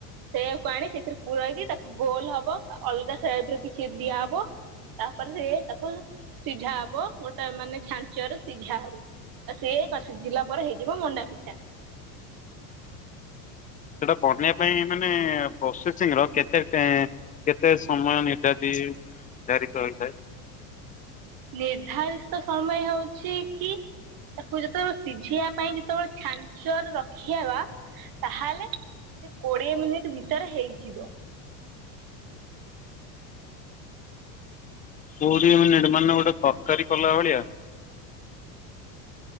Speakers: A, on the right; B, on the left.
A: ସେଇଆକୁ ଆଣି ସେଥିରେ ପୁର ହେଇକି ତାକୁ ଗୋଲ ହବ ଅଲଗା ସାଇଡରେ କିଛି ଦିଆହବ। ତାପରେ ସେ ତାକୁ ସିଝା ହବ ଗୋଟେ ମାନେ ଛାଞ୍ଚରେ ସିଝା ହବ। ଆଉ ସେ ସୁୁଝିଲା ପରେ ହେଇଯିବ ମଣ୍ଡା ପିଠା।
B: ସେଟା ବନେଇ ପାଇଁ ମାନେ-ଏ ପ୍ରୋସେସିଂ ର କେତ୍ କେତେଁ କେତେ ସମୟ ନିର୍ଯାତି ର୍ଦ୍ଧାରିତ ହୋଇଥାଏ?
A: ନିର୍ଦ୍ଧାଲତ୍ ସମୟ ହଉଛି କି <inaudible> କୁ ଯେତେବେ ସିଝେଇବା ପାଇଁ ଯେତେବେଳେ ଛାଞ୍ଚରେ ରଖିଆବା ତାହେଲେ ସେ କୋଡିଏ ମିନିଟ୍ ଭିତରେ ହେଇଯିବ।
B: କୋଡିଏ ମିନିଟ୍ ମାନେ ଗୋଟେ ତରକାରୀ କଲା ଭଳିଆ!